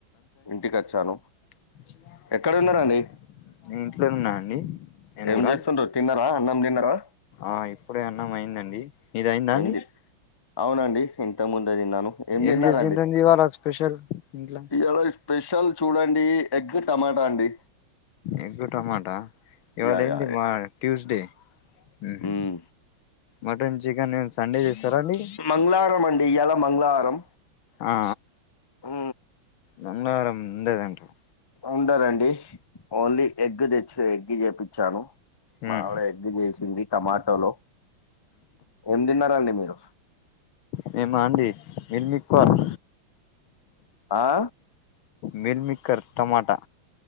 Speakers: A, on the left; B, on the left.
A: ఇంటికి వచ్చాను
B: <inaudible>
A: ఎక్కడున్నారండి
B: నే ఇంట్లో ఉన్నా అండి నేను
A: ఏం
B: కూడా
A: చేస్తుండ్రు తిన్నారా అన్నం తిన్నారా
B: ఆ ఇప్పుడే అన్నం అయిందండి మీది అయిందా
A: ఏమిది
B: అండి
A: అవునండి ఇంత ముందే తిన్నాను ఏమి
B: ఏం
A: తిన్నారండి?
B: చేసింరండి ఇవాళ స్పెషల్ ఇంట్లా
A: ఇలా స్పెషల్ చూడండి ఎగ్ టమాటా అండి
B: ఎగ్గు టమాటా ఇవాళ
A: యా
B: ఏంది
A: యా యా.
B: మా ట్యూస్డే ఉహు
A: మ్మ్.
B: మటన్ చికెన్ ఏం సండే చేస్తారా అండి
A: మంగళవారం అండి ఇయలా మంగళవారం
B: ఆ
A: ఊ
B: మంగళరం ముందేదంటారు
A: ఉండదండి ఓన్లీ ఎగ్ తెచ్చు ఎగ్ చేపిచ్చాను మావిడ
B: ఉమ్
A: ఎగ్గు చేసింది టమాటోలో ఏం తిన్నారండి మీరు
B: మేమాండి మీల్మాకర్
A: మ్మ్ ఆ
B: మీల్మిక్కర్ టమాటా